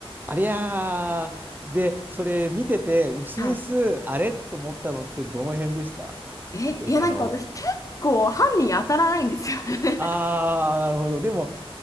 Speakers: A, on the right; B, on the left.
A: ありゃー。で、それ見てて、うすうす、
B: はい。
A: あれと思ったのってどの辺でした
B: え、
A: 映画の。
B: いや、なんか私、結構犯人当たらないんですよね。
A: あー、なるほど。でも、